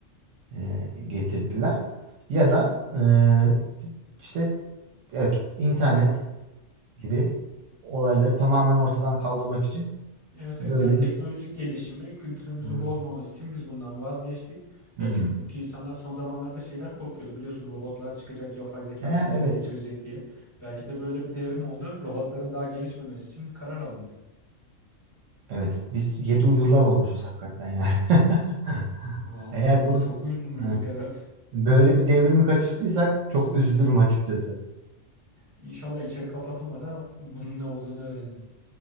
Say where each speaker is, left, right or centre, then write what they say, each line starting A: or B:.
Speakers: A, on the right; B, on the right.
A: eee, getirdiler. Ya da eee, işte evet internet gibi olayları tamamen ortadan kaldırmak için
B: Evet
A: böyle
B: evet yani teknolojik
A: bir
B: gelişimi kültürümüzü
A: Hmm.
B: bozmaması için biz bundan vazgeçtik.
A: Hmm.
B: Ya çünkü insanlar son zamanlarda şeyden korkuyordu biliyorsun robotlar çıkacak yapay zeka
A: E,
B: bizi
A: evet
B: ele geçirecek diye. Belki de böyle bir devrim oldu. Robotların daha gelişmemesi için bir karar alındı.
A: evet biz yedi uyurlar olmuşuz hakikaten yani. <laughs>
B: Vallahi
A: Eğer
B: bilmiyorum
A: bunu
B: çok uzun uyuduk
A: evet,
B: herhalde. <laughs>
A: böyle bir devrimi kaçırdıysak çok üzülürüm açıkçası.
B: İnşallah içeri kapatılmadan bunun ne olduğunu öğreniriz.